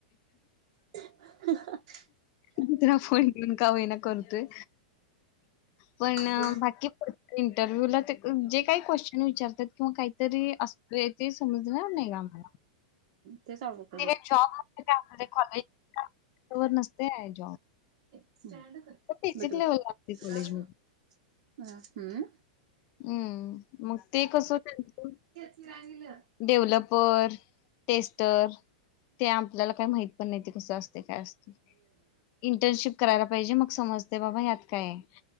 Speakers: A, on the right; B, on the left.
A: <unintelligible>
B: दुसरा फोन घेऊन का होईना, करतोय. पण
A: ते
B: बाकी इंटरव्ह्यूला ते, जे काही क्वेश्चन विचारतात किंवा काहीतरी अस ते समजणार नाही गं, आम्हा.
A: तेच <unintelligible>
B: ते काही जॉब <unintelligible> असते का कॉलेजर नसते आहे जॉब.
A: <unintelligible>
B: बेसिक लेवल असते कॉलेजमध्ये
A: हम्.
B: हम्म. मग ते कसं, त्यांच
A: <unintelligible>
B: डेव्हलपर, टेस्टर. ते आपल्याला काही माहित पण नाही. ते कसं असते, काय असते? इंटर्नशिप करायला पाहिजे. मग समजते बाबा ह्यात काये?